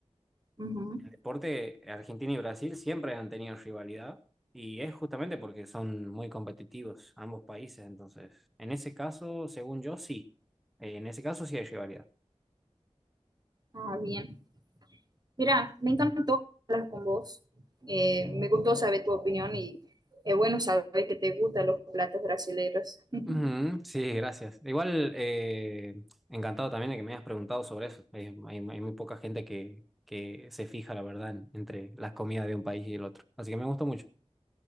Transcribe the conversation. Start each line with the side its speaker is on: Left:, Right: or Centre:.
Right: Ujú.
Centre: deporte, Argentina y Brasil siempre han tenido rivalidad y es justamente porque son muy competitivos ambos países. Entonces, en ese caso, según yo, sí. Eh, en ese caso sí hay rivalidad.
Right: Ah, bien. Mira, me encantó hablar con vos. Eh, me gustó saber tu opinión y es bueno saber que te gustan los platos brasileños. <laughs>
Centre: Ujú, sí, gracias. Igual, eh, encantado también de que me hayas preguntado sobre eso. Eh, hay, hay muy poca gente que, que se fija, la verdad, en- entre las comidas de un país y el otro. Así que me gustó mucho.